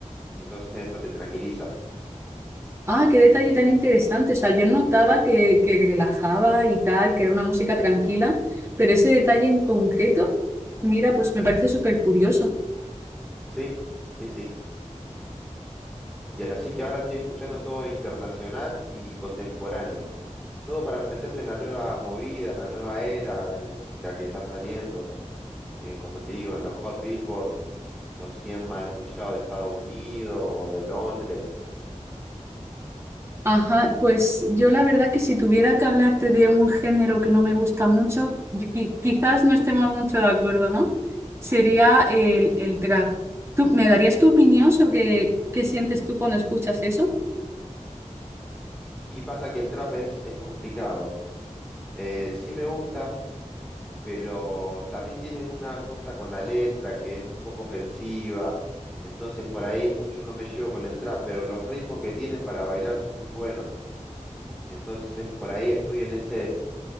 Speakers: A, in the centre; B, on the right.
A: y entonces eso te tranquiliza.
B: Ah, qué detalle tan interesante. O sea, yo notaba que, que relajaba y tal, que era una música tranquila, pero ese detalle en concreto, mira, pues me parece súper curioso.
A: Sí, sí, sí. Y así que ahora estoy escuchando todo internacional y contemporáneo. Todo para meterme en la nueva movida, en la nueva era de música que está saliendo, eh, como te digo, en los Hot Billboards los 100 más escuchados de Estados Unidos o de Londres.
B: Ajá, pues yo la verdad que si tuviera que hablarte de un género que no me gusta mucho, yo qui- quizás no estemos mucho de acuerdo, ¿no? Sería el, el trap. ¿Tú me darías tu opinión sobre qué sientes tú cuando escuchas eso?
A: Y pasa que el trap es, es complicado. Eh, sí me gusta, pero también tiene una cosa con la letra que es un poco ofensiva. Entonces por ahí mucho no me llevo con el trap, pero los ritmos que tienen para bailar son muy buenos. Entonces por ahí estoy en ese,